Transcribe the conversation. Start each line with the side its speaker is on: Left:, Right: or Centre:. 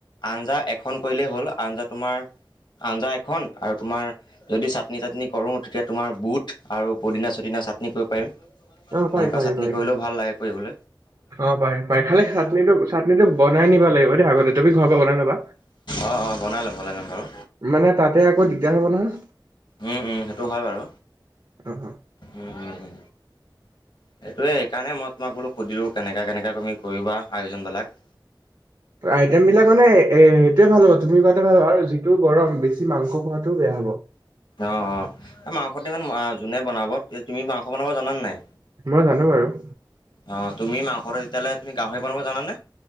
Left: আঞ্জা এখন কৰিলেই হ'ল আঞ্জা তোমাৰ আঞ্জা এখন আৰু তোমাৰ যদি চাটনি -চাটনি কৰো তেতিয়া তোমাৰ বুট আৰু পদিনা-চদিনা চাটনি কৰিব পাৰিম।
Right: অ
Left: সেনেকুৱা
Right: পাৰি পাৰি
Left: চাটনি
Right: পাৰি
Left: কৰিলেও ভাল লাগে কৰিবলে
Right: অ পাৰি, পাৰি। খালি চাটনিটো চাটনিটো বনাই নিব লাগিব দেই আগতে। তুমি ঘৰৰ পৰা বনাই ল'বা।
Left: অঁ অঁ বনাই ল'ম বনাই ল'ম বাৰু
Right: মানে তাতে আকৌ দিগদাৰ হব নহয়।
Left: উম, উম, সেইটো হয় বাৰু।
Right: অ অ
Left: উম, উম।
Right: <inaudible>
Left: সেইটোৱে সেইকাৰণে মই তোমাক বোলো সুধিলো কেনেকুৱা কেনেকুৱা তুমি কৰিবা আয়োজন বিলাক।
Right: আইটেম বিলাক মানে এ সেইটোৱে ভাল হ'ব, তুমি কোৱাতে ভাল হ'ব আৰু যিটো গৰম বেছি মাংস খোৱাটোও বেয়া হ'ব।
Left: অ অ মাংসটো ইমান যোনে বনাব, তুমি মাংস বনাব জানা নাই?
Right: মই জানো বাৰু।
Left: অ তুমি মাংসটো তেতিয়াহলে তুমি গাহৰি বনাব জানা নে?